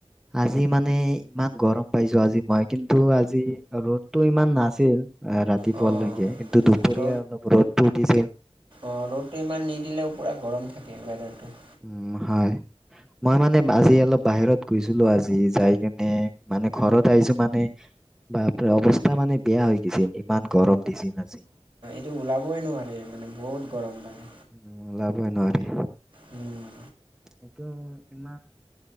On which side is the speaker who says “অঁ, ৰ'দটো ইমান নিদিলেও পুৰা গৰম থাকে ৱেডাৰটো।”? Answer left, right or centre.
Right